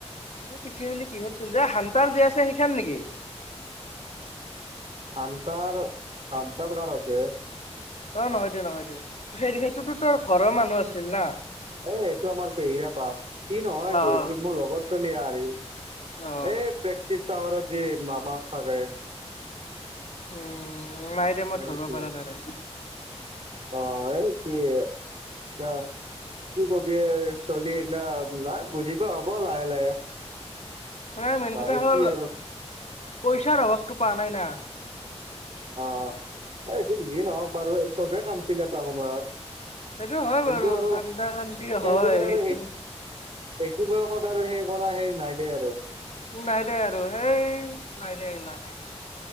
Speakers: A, on the left; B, on the right.
A: পিছে অলি কিহত <unintelligible> হান্তাৰ যি আছে সেখান নেকি?
B: আন্তাৰ -আন্তাৰ কাৰ আছে।
A: অ, নহয় দে -নহয় দে সেই -সেইটোতো তৰ ঘৰৰ মানুহ আছিল না।
B: এ এইটো আমাৰ পেহীৰ আপা সি নহয় এইটো
A: অ অ।
B: -এইটো মোৰ লগত চলি আহৰি এ
A: অ
B: প্ৰেকচিচ টাৱাৰত যে মামাক থাকে।
A: উম, নাই দে মই
B: এই
A: ধৰবা
B: কি
A: পাৰা নাই দে।
B: অ, এ ইতি <unintelligible> কি কবি আৰ চলি এইগিলা <unintelligible> বুজি পোৱা হ'ব লাহে -লাহে।
A: মানে মেইন
B: বাৰু
A: কথা হ'ল
B: কি আৰু
A: পইচাৰ অভাৱটো পাৱা নাই না।
B: অ, এইটো যি নহওক বাৰু চবে কানদছিল এটা সময়ত।
A: সেটো হয়
B: কিন্তু
A: বাৰু
B: আৰু
A: কান্দা কান্দি
B: সেই
A: হয়
B: বুলি আৰু
A: এইটো
B: এই এইটো বয়সত আৰু সেই কৰা সেই নাই দে আৰু।
A: তোৰ নাই দে আৰু হেই নাই দে এইগিলা নাই